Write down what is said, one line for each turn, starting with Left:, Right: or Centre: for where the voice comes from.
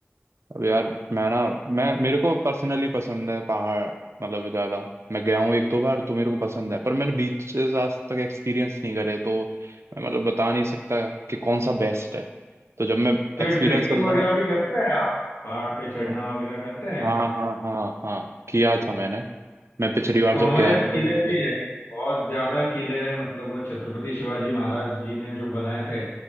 Right: अब यार मैं ना मैं मेरे को पर्सनली पसंद है पहाड़ मतलब ज्यादा मैं गया हूँ एक दो बार तो मेरे को पसंद है पर मैंने बीचेस आज तक एक्सपीरियंस नहीं करे तो मैं मतलब बता नहीं सकता कि कौन सा बेस्ट है तो जब मैं
Left: तो
Right: एक्सपीरियंस
Left: ये ट्रेकिंग
Right: कर लूंगा
Left: वगैरह भी करते हैं आप पहाड़ पे चढ़ना
Right: हाँ
Left: वगैरह करते
Right: हाँ हाँ हाँ हाँ किया
Left: हैं
Right: था मैंने मैं पिछली बार
Left: तो
Right: जब
Left: हमारे
Right: गया
Left: यहाँ
Right: था तो
Left: किले
Right: मैंने किया
Left: भी है बहुत ज्यादा किले हैं मतलब वो छत्रपति शिवाजी महाराज जी ने जो बनाए थे